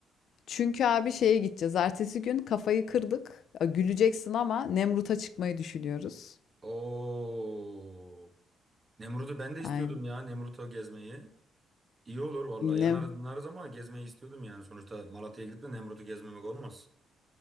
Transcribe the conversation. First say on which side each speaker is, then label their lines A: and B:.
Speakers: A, on the left (about 70°); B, on the right (about 25°).
A: Çünkü abi şeye gideceğiz. Ertesi gün kafayı kırdık. Ya, Güleceksin ama Nemrut'a çıkmayı düşünüyoruz.
B: Oo. Nemrut'u ben de istiyordum
A: Aynen.
B: ya Nemrut'u gezmeyi. İyi olur vallahi
A: Nem-
B: yanarız bunarız ama gezmeyi istiyordum yani. Sonuçta Malatya'ya gidip de Nemrut'u gezmemek olmaz.